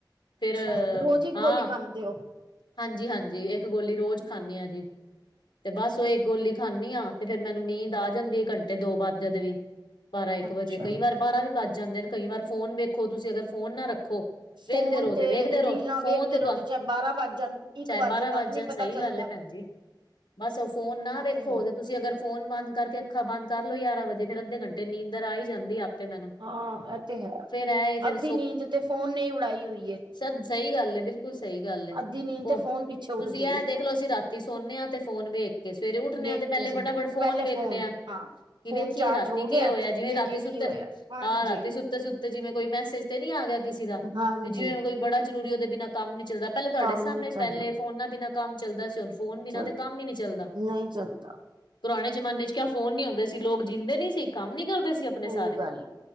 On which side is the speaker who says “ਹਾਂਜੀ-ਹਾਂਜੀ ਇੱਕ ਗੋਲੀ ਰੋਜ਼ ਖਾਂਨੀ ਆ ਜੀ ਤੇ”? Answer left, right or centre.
Left